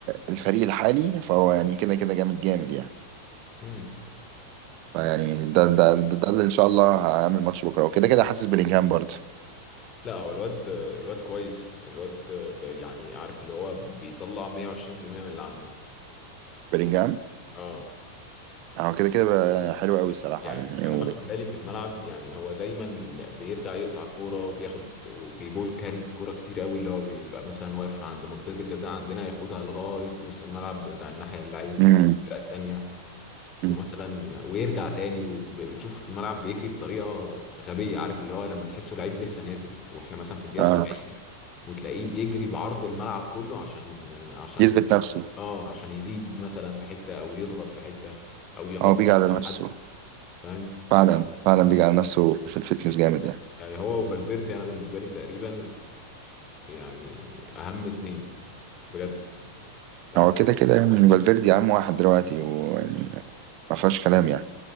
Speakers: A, on the right; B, on the left.
A: الفريق الحالي فهو يعني كده كده جامد جامد يعني
B: امم
A: فيعني ده ده ده, ده اللي ان شاء الله هعمل ماتش بكره وكده كده حاسس بلينجهام برضه
B: لا هو الواد الواد كويس الواد ب- يعني عارف اللي هو بيطلع 120% من اللي عنده
A: بلينجهام
B: اه
A: هو كده كده بقى حلو قوي الصراحه
B: يعني
A: يعني
B: انا
A: و...
B: باخد بالي في الملعب يعني هو دايما بيرجع يقطع الكوره وبياخد وبيبول كاري الكوره كتير قوي اللي هو بيبقى مثلا واقف عند منطقه الجزاء عندنا ياخدها لغايه نص الملعب بتاع الناحيه اللعيب
A: مم.
B: الفرقه التانيه
A: مم.
B: ومثلا يعني ويرجع تاني وبتشوف الملعب بيجري بطريقه غبيه عارف اللي هو لما تحسه لعيب لسه نازل واحنا مثلا في الدقيقه
A: آه.
B: 70 وتلاقيه بيجري بعرض الملعب كله عشان عشان
A: يثبت
B: ي-
A: نفسه
B: اه عشان يزيد مثلا في حته او يضغط في حته او يغطي
A: هو بيجي
B: مكان
A: على نفسه
B: حد فاهم
A: فعلا فعلا بيجي
B: يعني
A: على نفسه في الفتنس جامد يعني
B: يعني هو وفالفيردي انا بالنسبه لي تقريبا يعني اهم اتنين بجد يعني
A: هو كده كده يعني فالفيردي عام واحد دلوقتي ويعني ما فيهاش كلام يعني